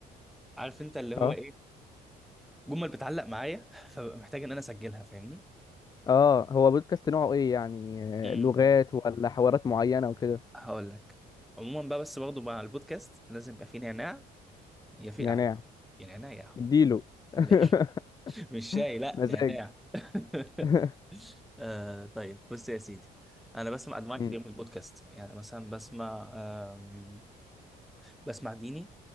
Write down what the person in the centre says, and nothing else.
عارف انت اللي هو
ايه جمل بتعلق معايا <laughs> فببقى محتاج ان انا اسجلها فاهمني
امم
هقول لك عموما بقى بس برضه مع البودكاست لازم يبقى فيه نعناع يا في
قهوه يا نعناع يا قهوه
من
الاخر <laughs> مش شاي لا
نعناع <laughs>
آه طيب بص يا سيدي انا بسمع انواع كتير
من البودكاست يعني مثلا بسمع آم، بسمع ديني